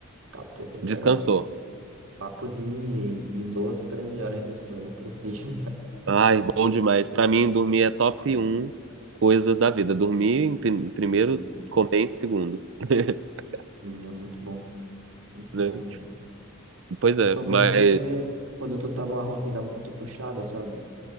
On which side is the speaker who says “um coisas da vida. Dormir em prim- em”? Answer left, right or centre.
Right